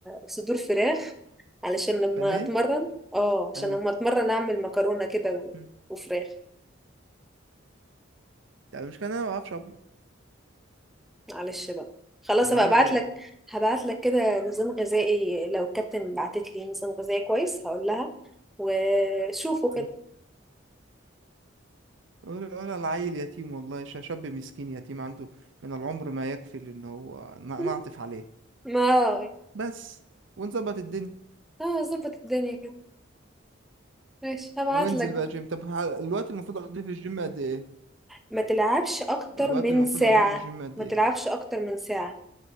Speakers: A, in the centre; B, on the right.
A: صدور فراخ علشان لما
B: بانيه
A: أتمرن اه عشان
B: حلو
A: لما أتمرن أعمل مكرونة كده و-
B: مم.
A: وفراخ
B: يعني المشكلة إن أنا ما بعرفش أطبخ
A: معلش بقى خلاص
B: هعمل
A: هبقى ابعتلك
B: إيه؟
A: هبعتلك كده نظام غذائي لو الكابتن بعتت لي نظام غذائي كويس هقول لها وشوفوا كده
B: ها؟ ولا ولا العيل يتيم والله ش- شاب مسكين يتيم عنده من العمر ما يكفي إن هو ن-
A: <laughs>
B: نعطف عليه
A: ما
B: بس ونظبط الدنيا
A: اه ظبط الدنيا كده ماشي هبعت
B: وانزل
A: لك بقى
B: بقى جيم طب ه- الوقت المفروض أقضيه في الجيم قد إيه؟
A: ما تلعبش اكتر
B: الوقت
A: من
B: المفروض
A: ساعة
B: أقضيه في الجيم قد
A: ما
B: إيه؟
A: تلعبش اكتر من ساعة